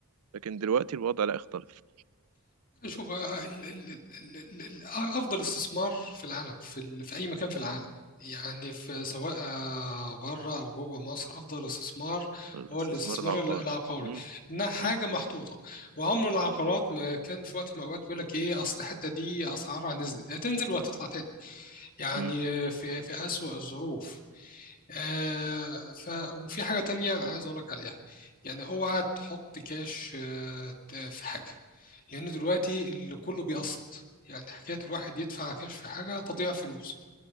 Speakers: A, on the right (about 75°); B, on the left (about 40°).
A: لكن دلوقتي الوضع لا يختلف
B: شوف آه، ال- ال- ال- ال- ال- افضل استثمار في العالم في ال- في اي مكان في العالم يعني في سواء آه، بره او جوه مصر افضل استثمار
A: الاستثمار
B: هو الاستثمار
A: العقاري
B: ال- العقاري
A: مم.
B: انها حاجه
A: مم.
B: محطوطه وعمر العقارات ما كان في وقت من الاوقات بيقول لك ايه اصل الحته دي اسعارها نزلت هتنزل وهتطلع تاني يعني
A: مم.
B: في في اسوأ الظروف آه ف وفي حاجه تانية عايز اقول لك عليها يعني اوعى تحط كاش آه، في حاجه لأن دلوقتي اللي كله بيقسط يعني حكاية الواحد يدفع كاش في حاجة تضيع فلوس